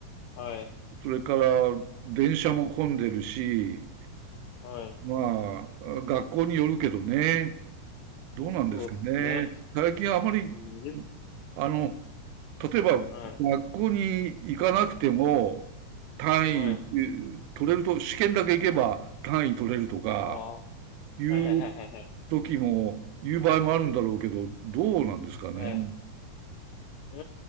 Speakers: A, on the left; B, on the right.
A: はい。
B: それから電車も混んでるし、
A: はい。
B: まあ、学校によるけどね、どうなんですかね。
A: そうですね。
B: 最近あまり、
A: うん、じ
B: あの、例えば、
A: はい。
B: 学校に行かなくても、単位えー取れると、
A: はい。
B: 試験だけ行けば単位取れるとか、
A: ああ、は
B: いう
A: いはいはいはいはい。
B: 時も、いう場合もあるんだろうけど、どうなんですかね。
A: はい。う